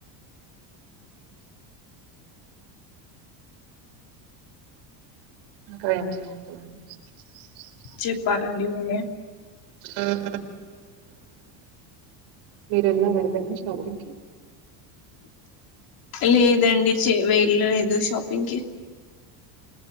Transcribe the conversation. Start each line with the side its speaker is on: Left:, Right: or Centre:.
Right: <unintelligible>
Left: చెప్పాలండి మీరే
Right: ఊ మీరేల్లారా ఎటైనా షాపింగ్కి
Left: లేదండి చే వెేల్లలేదు షాపింగ్కిి